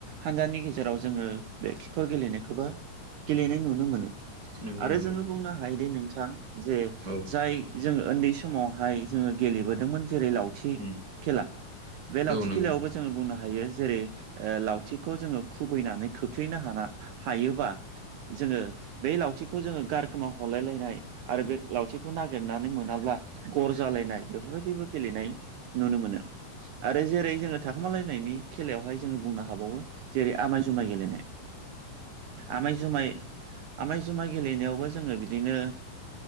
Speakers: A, on the right (about 75°); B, on the right (about 40°).
A: हानजानि गेजेर जेराव जोङो बे खिखर गेलेनायखौबो गेलेनाय नुनो मोनो।
B: नंगौ
A: आरो
B: नंगौ
A: जोङो बुंनो हायोदि नोंथां जे
B: औ
A: जाय जोङो उन्दै समावहाय जोङो गेलेबोदोंमोन जेरै लाव लावथि
B: उम
A: खेला बे लावथि
B: औ नंगौ
A: खेलायावबो जोङो बुंनो हायो जेरै लावथिखौ जोङो खुबैनानै खोख्लैनो हाना हायोबा जोङो बै लावथिखौ जोङो गारखोमा हरलायलायनाय आरो बे लावथिखौ नागिरनानै मोनाब्ला गर जालायनाय बेफोरबायदिबो गेलेनाय नुनो मोनो आरो जेरै जोङो थाखोमालायनायनि खेलायावहाय जोङो बुंनो हाबावो जेरै आमाय जुमाय गेलेनाय। आमाय जुमाय आमाय जुमाय गेलेनायावबो जोङो बिदिनो